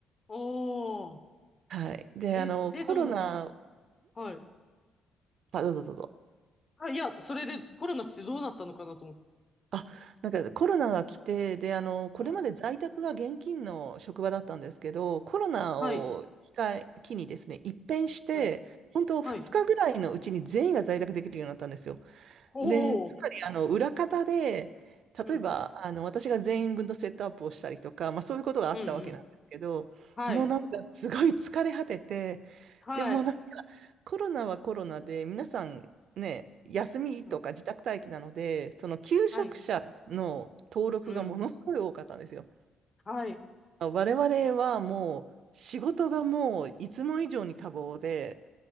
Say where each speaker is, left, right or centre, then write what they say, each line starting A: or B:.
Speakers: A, on the left; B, on the right.
A: おー。
B: はい。で、
A: え、
B: あの、
A: で、
B: コロナ、
A: どうなったんですか
B: ん
A: はい。
B: あ、どうぞどうぞ。
A: あ、いや、それでコロナ来てどうなったのかなと思って。
B: あ、なんかコロナが来て、で、あの、これまで在宅が現金の職場だったんですけど、
A: うん
B: コロナを機会、
A: はい。
B: 機にですね、一変して、
A: うん。
B: 本当2日ぐらいのうちに全員が在宅できるようになったんですよ。
A: はい。おお。
B: で、つまり、あの、裏方で、
A: うん。
B: 例えば、あの、私が全員分のセットアップをしたりとか、まあそういうことがあったわけなんですけど、
A: うんうん。はい。
B: もうなんかすごい疲れ果てて、
A: はい。
B: でもうコロナはコロナで、皆さんね、休みとか自宅待機なので、
A: うん。
B: その求職者の登録がものすごい多かったんですよ。
A: はい。うん。はい。
B: 我々はもう仕事がもういつも以上に多忙で、